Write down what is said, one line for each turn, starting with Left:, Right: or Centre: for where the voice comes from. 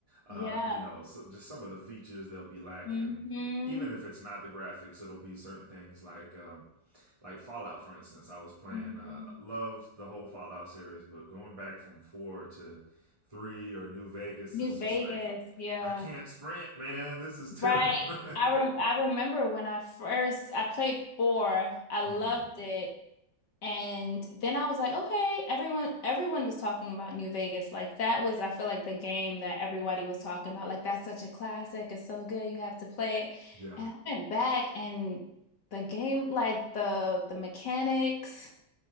Right: uh,
Left: Yeah.
Right: you know, so just some of the features they'll be lacking.
Left: hmm
Right: Even if it's not the graphics, it'll be certain things like um, like Fallout, for instance. I was playing,
Left: hmm
Right: uh, loved the whole Fallout series, but going back from four to three or New Vegas
Left: New
Right: is
Left: Vegas.
Right: just like,
Left: Yeah.
Right: I can't sprint, man. This is terrible.
Left: Right.
Right: <laughs>
Left: I rem I remember when I first I played four. I loved
Right: hmm
Left: it. And then I was like, okay, everyone everyone was talking about New Vegas. Like that was I feel like the game that everybody was talking about. Like that's such a classic. It's so good. You have to play it.
Right: Yeah.
Left: And I went back and the game, like the the mechanics,